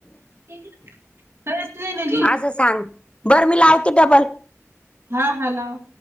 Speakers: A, on the right; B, on the left.
A: <unintelligible> नाही लगी
B: असं सांग बरं मी लावते डबल.
A: हा हा लाव.